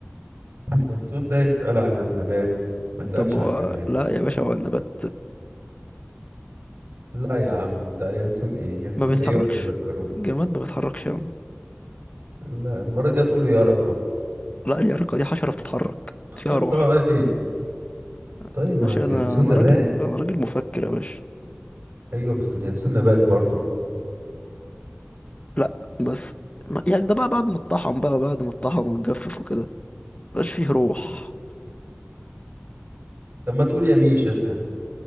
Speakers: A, on the right (about 60°); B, on the left (about 30°).
A: ينسون ده يتقال على النبات ما يتقالش
B: طب و...
A: على الجماد
B: لا يا باشا هو النبات
A: لا يا عم انت ينسون ايه ينسون
B: ما بيتحركش
A: ايه ولا تذكرون
B: الجماد ما بيتحركش يا عم
A: لا المرة الجاية تقول لي يرقة
B: لا اليرقة دي حشرة بتتحرك
A: <laughs>
B: فيها روح
A: طيب
B: يا
A: طيب ما
B: باشا
A: اليانسون
B: انا انا
A: نبات
B: راجل انا راجل مفكر يا باشا
A: ايوه بس اليانسون نبات برضو
B: لا بس ما... يعني ده بقى بعد ما اتطحن بقى بعد ما اتطحن واتجفف وكده مبقاش فيه روح
A: طب ما تقول يميش اسهل